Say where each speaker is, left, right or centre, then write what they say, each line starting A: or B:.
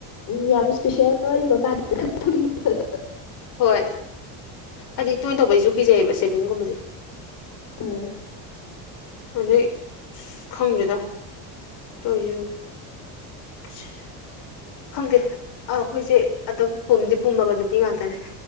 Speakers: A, on the left (about 45°); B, on the left (about 60°).
A: ꯎꯝ ꯌꯥꯝ ꯏꯁꯄꯤꯁꯦꯜ ꯑꯣꯏꯕ ꯀꯥꯟꯗꯈꯛ ꯊꯨꯅꯤꯕꯗꯣ
B: ꯍꯣꯏ ꯍꯥꯏꯗꯤ ꯇꯣꯏ ꯇꯧꯕ ꯀꯤꯖꯩꯑꯕ ꯁꯦꯕꯤꯡꯒꯨꯝꯕꯖꯦ
A: ꯎꯝ
B: ꯑꯗꯩ ꯑꯁ ꯈꯪꯗꯦꯗ ꯇꯣꯏꯖꯤ ꯑꯁ ꯈꯪꯗꯦ ꯑꯥ ꯑꯩꯈꯣꯏꯖꯦ ꯑꯗꯨꯝ ꯄꯨꯝꯗꯤ ꯄꯨꯝꯃꯕ ꯅꯨꯄꯤ ꯉꯥꯛꯇꯅꯦ